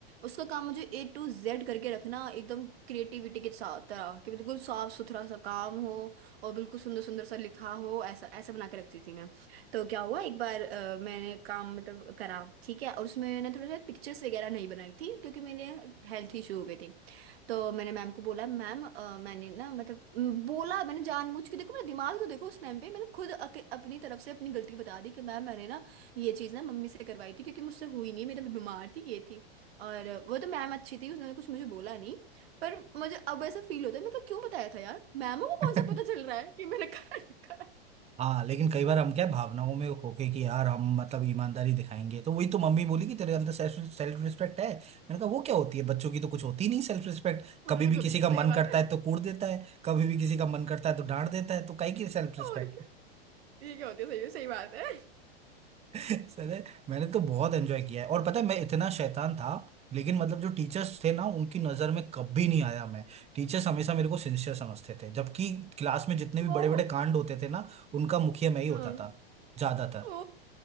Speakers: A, on the right; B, on the right.
A: उसका काम मुझे ए टू जेड करके रखना एकदम क्रिएटिविटी के साथ तरह कि बिल्कुल साफ सुथरा सा काम हो और बिल्कुल सुंदर सुंदर सा लिखा हो ऐसा ऐसा बना के रखती थी मैं तो क्या हुआ एक बार अ, मैंने काम मतलब करा ठीक है और उसमें मैंने थोड़ा सा पिक्चर्स वगैरह नहीं बनाई थी क्योंकि मेरे हेल्थ इशू हो गए थे तो मैंने मैम को बोला मैम अ, मैंने ना मतलब म, बोला मैंने जानबूझ के देखो मेरा दिमाग तो देखो उस टाइम पे मैंने खुद अके, अपनी तरफ से अपनी गलती बता दी कि मैम मैंने ना ये चीज़ ना मम्मी से करवाई थी क्योंकि मुझसे हुई नहीं मेरी बीमार थी ये थी और वो तो मैम अच्छी थी उसने कुछ मुझे बोला नहीं पर मुझे अब ऐसा फील होता है मैं क्यों बताया था यार मैमों
B: <laughs>
A: को
B: बच
A: कौन सा पता चल रहा है कि मैंने करा नहीं करा
B: हाँ लेकिन कई बार हम क्या है, भावनाओं में होके कि यार हम मतलब ईमानदारी दिखाएंगे तो वही तो मम्मी बोली कि तेरे अंदर सेल्फ सेल्फ रिस्पेक्ट है मैंने कहा वो क्या होती है बच्चों की तो कुछ होती नहीं सेल्फ रिस्पेक्ट
A: वो
B: कभी
A: तो कुछ
B: भी
A: होती
B: किसी
A: है
B: का
A: सही
B: मन
A: बात
B: करता
A: है
B: है तो कूट देता है कभी भी किसी का मन करता है तो डांट देता है तो काहे की सेल्फ रिस्पेक्ट
A: और क्या ये क्या होती है सही सही बात है
B: <laughs> सर है, मैंने तो बहुत एंजॉय किया है और पता है मैं इतना शैतान था लेकिन मतलब जो टीचर्स थे ना उनकी नजर में कभी नहीं आया मैं टीचर्स हमेशा मेरे को सिंसियर समझते थे जबकि क्लास में जितने भी
A: वो
B: बड़े बड़े कांड होते थे ना उनका मुखिया मैं ही होता
A: हाँ
B: था ज्यादातर
A: ओ